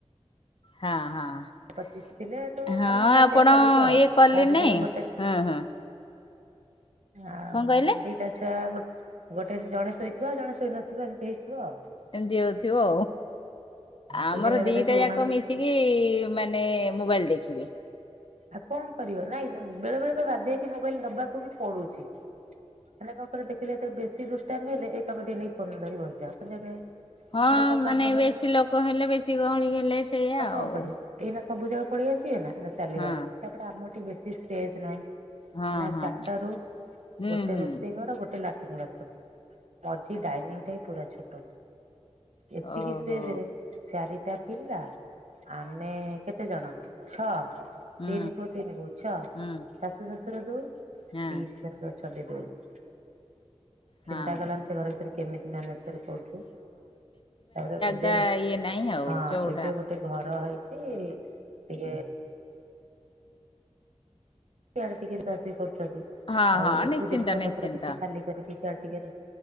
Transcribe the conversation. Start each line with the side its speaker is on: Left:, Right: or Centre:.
Left: ହଁ ହଁ।
Right: ପଚିଶ ଥିଲେ ଏଠୁ
Left: ହଁ
Right: ଆମେ ଖିଆପିଆ
Left: ଆପଣ
Right: କରିବୁ ଆଉ
Left: ଇଏ କଲେ
Right: ତା ଭିତରେ
Left: ନାଇଁ
Right: ଗୋଟେ
Left: ହୁଁ ହୁଁ
Right: ଆଉ
Left: କହିଲେ
Right: ଦିଟା ଛୁଆ ଗୋ ଗୋଟେ ଜଣେ ଶୋଇଥିବ ଆଉ ଜଣେ ସୋଇନଥିବ ଏମିତି ହେଇଥିବ ଆଉ।
Left: ଏମିତି ହଉଥିବ ଆମର
Right: ହଁ ଦିନେ ଦିନେ
Left: ଦିଟା
Right: ଶୋଉନାହାନ୍ତି।
Left: ଯାକ ମିଶିକି କି ମାନେ ମୋବାଇଲି ଦେଖିବେ।
Right: ଆଉ କଣ କରିବ ନାଇଁ ବେଳେ ବେଳେ ବା ବାଧ୍ୟ ହେଇକି ମୋବାଇଲି ଦବାକୁ ବି ପଡୁଛି। ମାନେ କଣକହିଲ ଦେଖିଲ ଏଥିରେ ବେଶି ଦୁଷ୍ଟାମି ହେଲେ ଏଇ ତମ ଟିକେ ନେଇ ଫୋନ ଧରି ନେଇ ବସିଯାଅ ଏଇଟା
Left: ହଁ
Right: କଣ
Left: ମାନେ
Right: କାମ ଧନ୍ଦା
Left: ବେଶୀ ଲୋକ ହେଲେ ବେଶୀ ଗହଳି ହେଲେ ସେଇଆ
Right: କଣ
Left: ଆଉ।
Right: କରିବେ ଏଇନା ସବୁ ଯାକ ପଳେଇ ଆସିବେନା ଏଇନା ଚାଲିବ
Left: ହଁ
Right: ଆରମ୍ଭ ତାପରେ ଆମର ଟିକେ ବେଶି ସ୍ପେଜ ନାହିଁ।
Left: ହଁ
Right: ମାନେ
Left: ହଁ
Right: ଚାରିଟା ରୁମ୍
Left: ହୁଁ
Right: ଗୋଟେ
Left: ହୁଁ
Right: ରୋଷେଇ ଘର ଗୋଟେ ଲା ଲାଟିନି ବାଥରୁମୁ ମଝି ଡାଇନିଂଟା ହିଁ ପୁରା ଛୋଟ। ଏତିକି
Left: ଓହୋ
Right: ସ୍ପେଜେ ରେ ଚାରିଟା ପିଲା ଆମେ କେତେ ଜଣ ଛଅ
Left: ହୁଁ
Right: ତିନି ପୁଅ ତିନି ବୋହୂ ଛଅ
Left: ହୁଁ
Right: ଶାଶୁ ଶଶୁର ଦୁଇ
Left: ହଁ
Right: ପିଇସୀ ଶାଶୁ ଅଛନ୍ତି ଦୁଇ। ଚିନ୍ତା
Left: ହଁ।
Right: କଲନ ସେ ଘର ଭିତରେ କେମିତି ମ୍ୟାନେଜ କରିଚଳୁଚୁ ତାପରେ ଏବେ
Left: ତା ଇଏ ନାଇଁ ଆଉ
Right: ହଁ
Left: ଯୋଉ
Right: ଏବେ ଗୋଟେ ଘର ହେଇଚି ଟିକେ ସିଆଡେ ଟିକେ ସୁଆସୁଇ କରୁଛନ୍ତି
Left: ହଁ
Right: ଆଉ
Left: ହଁ
Right: ଏଠୁ
Left: ନିଶ୍ଚିନ୍ତ
Right: ଜିନିଷ
Left: ନିଶ୍ଚିନ୍ତ
Right: ପତ୍ର କିଛି ଖାଲି କରିକି ସିଆଡେ ଟିକେ